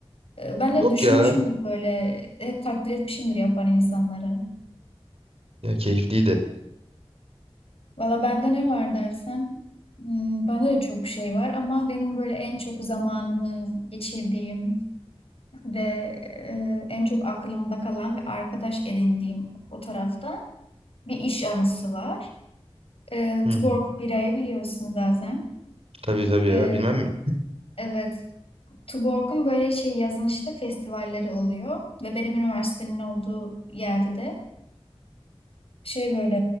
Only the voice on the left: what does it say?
Ee, Ben
hep düşünmüşümdür
böyle. Hep takdir etmişimdir yapan insanları.
Valla bende ne var dersen. hmm, Bende de çok şey var ama benim böyle en çok zamanımı geçirdiğim ve e, en çok aklımda kalan ve arkadaş edindiğim o tarafta bir iş anısı var. E,
Tuborg
birayı biliyorsun zaten.
Ee,
evet. Tuborg'un böyle şey yazın işte festivalleri oluyor ve benim üniversitenin olduğu yerde de şey böyle